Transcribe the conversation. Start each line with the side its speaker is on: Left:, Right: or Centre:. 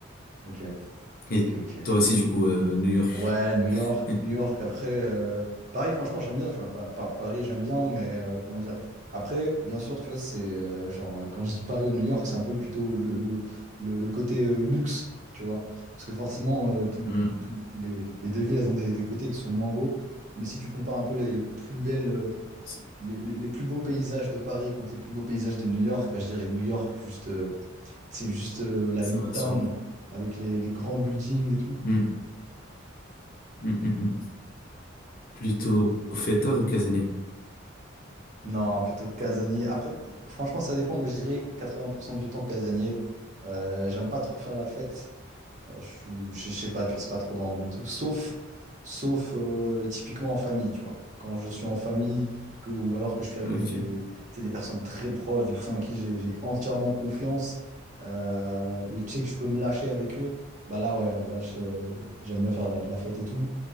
Right: ok, ok,
Left: Et
Right: ok.
Left: toi aussi du coup, euh, New York.
Right: Ouais, New York,
Left: <laughs>
Right: New York. Après, euh, Paris, franchement, j'aime bien, tu vois. Pa- pa- Paris, j'aime bien, mais euh, comment dire? Après, bien sûr, tu vois, c'est euh, genre, quand je dis Paris ou New York, c'est un peu le, cuto- le, le, le, le côté euh, luxe, tu vois. Parce que forcément, euh, tout-
Left: Hmm.
Right: toutes les, les deux villes, elles ont des, des côtés qui sont moins beaux. Mais si tu compares un peu les, les plus belles. euh,
Left: C'est-
Right: les, les- les plus beaux paysages de Paris contre les plus beaux paysages de New York, bah, je dirais New York, juste, euh, c'est juste euh, la
Left: Ça
Right: Midtown
Left: va de soi.
Right: avec les, les grands buildings et tout.
Left: Hmm. Hmm, hmm, hmm. Plutôt fêtard ou casanier?
Right: Non, plutôt Casanier. Après, franchement, ça dépend, mais je dirais 80% du temps Casanier. Euh, j'aime pas trop faire la fête. Euh, je, suis- je, je sais pas, tu vois, c'est pas trop dans, dans mes trucs, sauf, sauf euh, typiquement en famille, tu vois. Quand je suis en famille, que, ou alors que je suis avec
Left: Ok,
Right: des, tu sais, des personnes très proches, des personnes à qui j'ai j'ai entièrement confiance, euh, et tu sais que je peux me lâcher avec eux, bah là, ouais, là, j'ai- j'aime bien faire la fête et tout.